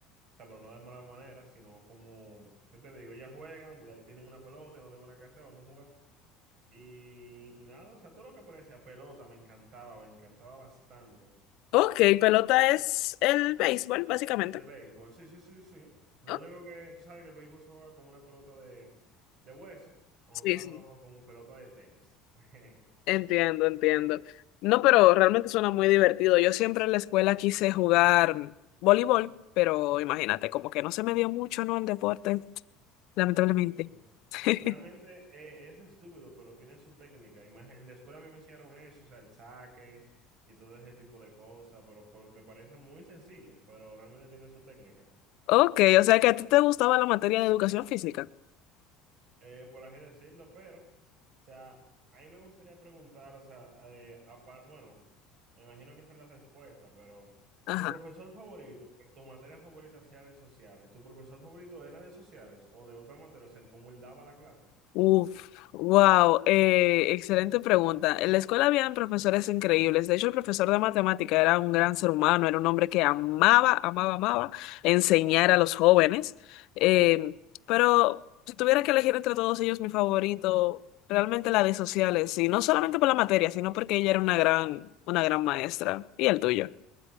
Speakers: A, on the right (about 50°); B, on the left (about 60°).
A: sea, pero no de mala manera, sino como, ¿qué te digo? Ya juegan, ya tienen una pelota, yo no tengo nada que hacer, vamos a jugar. Y, y nada, o sea, todo lo que parecía pelota me encantaba, me encantaba bastante.
B: Ok, pelota es el béisbol, básicamente.
A: El béisbol, sí, sí, sí, sí. Lo
B: ¿no?
A: único que, tú sabes que el béisbol se juega con una pelota de, de hueso, nosotros
B: Sí,
A: la
B: sí,
A: jugamos con pelota de tenis. <laughs>
B: entiendo, entiendo. No, pero realmente suena muy divertido. Yo siempre en la escuela quise jugar voleibol, pero imagínate, como que no se me dio mucho, ¿no? El deporte, lamentablemente.
A: Mm.
B: <laughs>
A: Realmente eh, es estúpido, pero tiene su técnica. Imag- En la escuela a mí me enseñaron eso, o sea, el saque y todo ese tipo de cosas, pero porque parece muy sencillo, pero realmente tiene su técnica,
B: Ok, o sea que a ti te gustaba la materia de educación física.
A: eh, por así decirlo. Pero, o sea, a mí me gustaría preguntar, o sea, eh, apar- bueno, me imagino que esa es la respuesta, pero
B: Ajá.
A: tu profesor favorito, que tu materia favorita sea de sociales, ¿tu profesor favorito era de sociales o de otra materia? O sea, cómo él daba la clase.
B: Uf, wow, eh, excelente pregunta. En la escuela habían profesores increíbles. De hecho, el profesor de matemática era un gran ser humano, era un hombre que amaba, amaba, amaba enseñar a los jóvenes. Eh, pero si tuviera que elegir entre todos ellos, mi favorito, realmente la de sociales, y no solamente por la materia, sino porque ella era una gran, una gran maestra. ¿Y el tuyo?